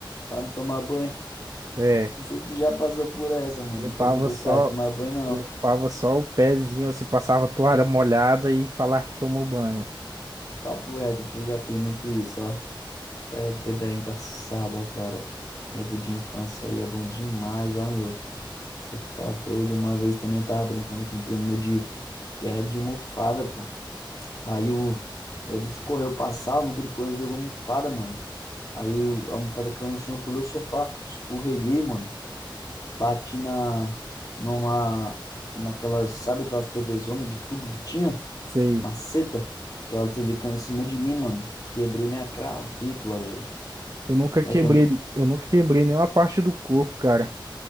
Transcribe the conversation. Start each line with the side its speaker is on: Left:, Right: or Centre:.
Left: pra não tomar banho. <laughs>
Right: é.
Left: Não sei se tu já passou por essa, mano,
Right: Limpava
Left: que eu não gostava
Right: só.
Left: de tomar banho, não.
Right: Limpava só o pezinho, assim, passava toalha molhada e falar que tomou banho.
Left: Papo reto, eu fui- já fiz muito isso, ó. Tá, É doido, era engraçado, ó, cara. Tempo de infância aí é bom demais, ó, meu. Você tá doido? Uma vez também eu tava brincando com o primo meu de guerra de almofada, pô. Aí o, aí o bicho correu pra sala, no que ele correu, jogou a almofada, mano. Aí o- a almofada caiu no chão, pulei o sofá, escorreguei, mano. Bati na, numa, naquelas, sabe aquelas TV zona de tubo que tinha?
Right: Sei.
Left: Maceta. Aquela TV caiu em cima de mim, mano. Quebrei minha cravícula, doido.
Right: Eu nunca
Left: Aí
Right: quebrei,
Left: quando...
Right: eu nunca quebrei nenhuma parte do corpo, cara.